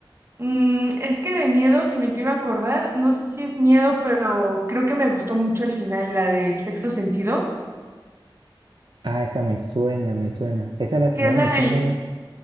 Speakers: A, on the right; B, on the right.
A: Mm, es que de miedo, si me quiero acordar, no sé si es miedo, pero creo que me gustó mucho el final, la del sexto sentido,
B: Ah, esa me suena, me suena. Esa la estrenaron
A: que es la
B: en cines,
A: del,